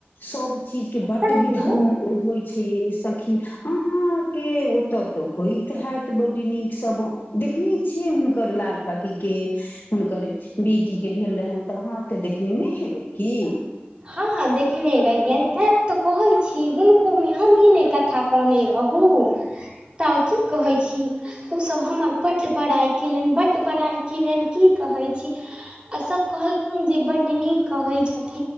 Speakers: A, on the left; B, on the right.
A: सब चीज के बड
B: सखी
A: विधान होइ छै मैं सखी अहाँके ओतऽ तऽ होइत हयत ब नीक स देखने छियै हुनकर लाल काकी के हुनकर बेटी के भेल रहैनि तऽ अहाँ ओते देखने नहि हेबै की
B: हँ हँ देखने रहियनि तें तऽ कहै छी हुनको मे हमही ने क कनी रहू तऽ की कहै छी ओसभ हमर पट पड़ाइ केलनि बड्ड बड़ाइ केलनि की कहै छी आ सब कहलखिन जे बड्ड नीक कहै छथिन